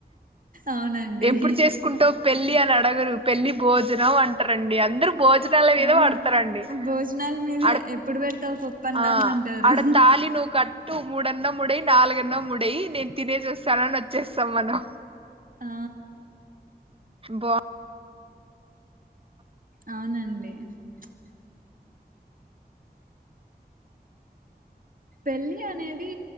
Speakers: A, on the right; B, on the right.
A: అవునండి
B: ఎప్పుడు చేసుకుంటావ్ పెళ్ళి అని అడ్ గరు పెళ్లి బోజ్ జనం అంటారండి అందరు భోజనాల మీదే
A: అవును
B: వాడతరండీ
A: భోజనాల మీదే
B: అడ్
A: ఎప్పుడు పెడతావు పప్పన్నం
B: ఆ
A: అంటారు
B: అడ తాలి నువ్ కట్ టు ముడన్న ముడేయ్ నాలుగన్న ముడేయ్ నేన్ తినేసి వొస్తానని వొచ్చేస్తాం అన్న
A: ఆ
B: బా
A: అవునండి ప్చ్ పెళ్ళి అనేది